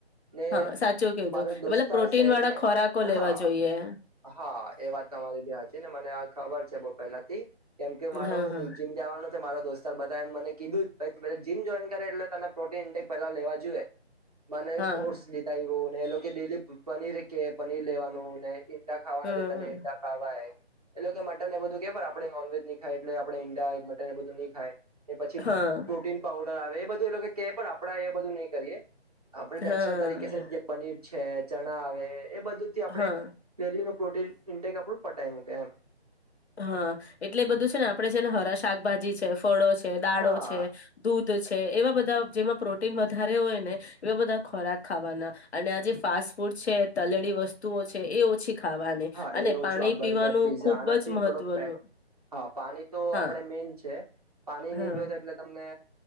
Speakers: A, on the right; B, on the left.
A: ને
B: હા સાચું કીધું
A: મારો એક દોસ્તાર
B: મતલબ પ્રોટીન
A: શે
B: વાળા
A: એટલે
B: ખોરાકો લેવા
A: હા
B: જોઈએ.
A: હા એ વાત તમારી ભી હાચી ને મને આ ખબર છે બો પહેલાથી કેમ કે મારો
B: હા હા
A: દુ જીમ જવાનો મારા દોસ્તારો બધા એમ મને કીધું જ કે જીમ જોઈન કરે એટલે તને પ્રોટીન ઈન્ટેક પેલા લેવા જોઈએ મને
B: હા
A: એક ઓટ્સ <unintelligible> ઓ એ લોકો ડેલી પનીર કે પનીર લેવાનું ને ઈંડા ખાવાના
B: હા
A: છે તને ઈંડા ખાવાય એઈ લોકો કે મટન એ બધું કે પણ આપણે નોનવેજ ન ખાય એટલે આપણે ઈન્ડએ મટન એ બધું ની ખાઈ પછી
B: હા
A: પ્રોટીન પઉડર આવે એ બધું એ લોકો કે પણ આપડા એ બધું નહી કરીએ આપણે નેચરલ
B: હા
A: તરીકે યે છે <unintelligible> છે ચણા આવે એ બધું થી આપડે
B: હા
A: ડેલી નું પ્રોટીન ઇન્ટેક આપણું ટાઈમ કે એમ.
B: હા, એટલે બધું છે ને આપડે છે ને હરા શાકભાજી છે. ફળો છે દાડો
A: હા
B: છે, દૂધ છે એવા બધા બ જેમાં પ્રોટીન વધારે હોય ને. એ બધા ખોરાક ખાવાના. અને આ જેે ફાસ્ટ ફૂડ છે તલેળ વસ્તુઓ છે એ ઓછી ખાવાની,
A: હા
B: અને
A: એ
B: પાણી
A: ઓછું આ બર્ગર
B: પીવાનું
A: પીઝા
B: ખુબ
A: આનાથી
B: જ મહત્વનું
A: થોડોક ફેટ હા પાણી તો
B: હા
A: આપણેે મેઈન છે, પાણી
B: હા
A: ની પય તો એટલે તમને